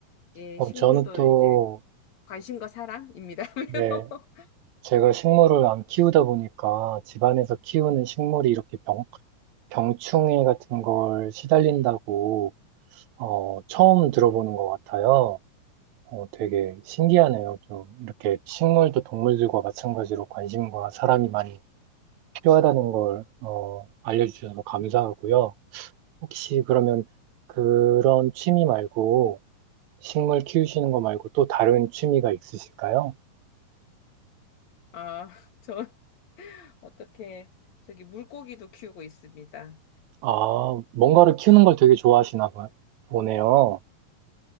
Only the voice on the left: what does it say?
예,
식물도
이제 관심과 사랑입니다요. <laughs>
아, 저 어떻게, 저기 물고기도 키우고 있습니다.